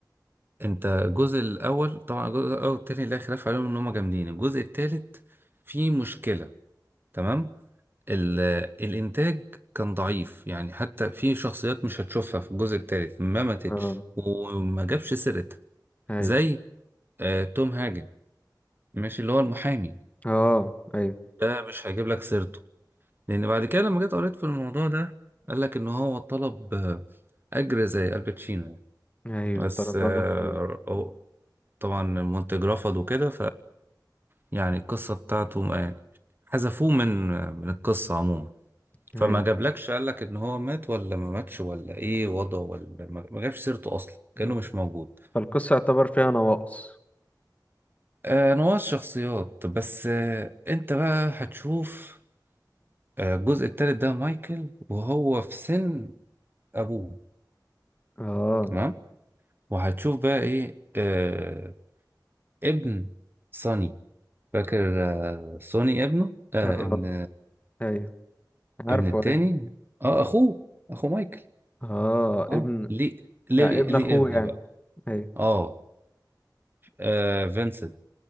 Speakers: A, on the right (about 30°); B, on the left (about 20°).
A: أنت الجزء الأول طبعا الجزء الأول والتاني لا خلاف عليهم إن هما جامدين الجزء التالت فيه مشكلة تمام ال الإنتاج كان ضعيف يعني حتى في شخصيات مش هتشوفها في الجزء التالت ما ماتتش
B: اه
A: وما جابش سيرتها
B: ايوه
A: زي آه توم هاجن ماشي اللي هو المحامي
B: اه ايوه
A: ده مش هجيب لك سيرته لان بعد كده لما جيت قريت في الموضوع ده قال لك ان هو طلب آه، اجر زي الباتشينو يعني.
B: ايوه
A: بس
B: طلب
A: آه،
B: مبلغ كبير
A: هو طبعا المنتج رفض وكده فيعني القصه بتاعته ما- يعني حذفوه من من القصه عموما
B: ايوه
A: فما جابلكش قال لك ان هو مات ولا ما ماتش ولا ايه وضعه ولا ما ما جابش سيرته اصلا
B: مم.
A: كانه مش موجود
B: فالقصة يعتبر فيها نواقص
A: آه، نواة شخصيات بس آه، انت بقى هتشوف آه، الجزء التالت ده مايكل وهو في سن ابوه
B: اه
A: تمام وهتشوف بقى ايه آه ابن صني فاكر آه صوني ابنه آه
B: اه
A: ابن
B: ايوه عارفه
A: ابن التاني
B: ايوه
A: اه اخوه اخو مايكل
B: اه
A: اه
B: ابن
A: ليه ليه
B: يعني ابن
A: ليه
B: اخوه
A: ابن
B: يعني
A: بقى
B: ايوه
A: اه, آه فينسنت